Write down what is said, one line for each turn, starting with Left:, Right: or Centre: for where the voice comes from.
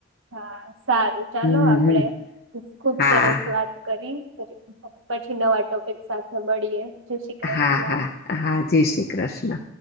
Right: હા સારું ચાલો
Left: હમ
Right: આપડે
Left: હમ
Right: ખુબ
Left: હા
Right: સરસ વાત કરી. પછી નવા ટોપિક સાથે મળીએ. જય શ્રી કૃષ્ણ
Left: હા હા હા, જય શ્રી કૃષ્ણ.